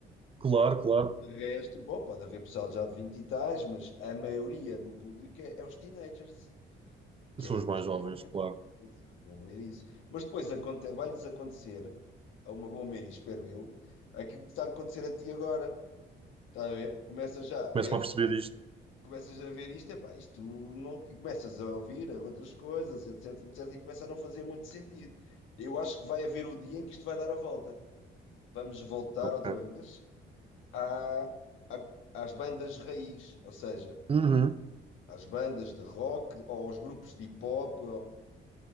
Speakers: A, on the right; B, on the left.
A: claro, claro.
B: De resto, bom, pode haver pessoal já de 20 e tais, mas a maioria do público é, é os teenagers. Que
A: São
B: é
A: os mais
B: isso é
A: jovens,
B: que vão ver.
A: claro.
B: Exato, vão ver isso. Mas depois aconte- vai-lhes acontecer, a uma boa maioria, espero eu, aquilo que está a acontecer a ti agora. Está a ver? Começas já a
A: Começam
B: ver,
A: a perceber isto.
B: começas a ver isto, epá, isto não. E começas a ouvir outras coisas, etc, etc, e começa a não fazer muito sentido. Eu acho que vai haver o dia em que isto vai dar a volta. Vamos voltar
A: Ok.
B: outra vez à- à- às bandas raiz, ou seja,
A: Uhum,
B: às bandas de rock, ou aos grupos de hip hop,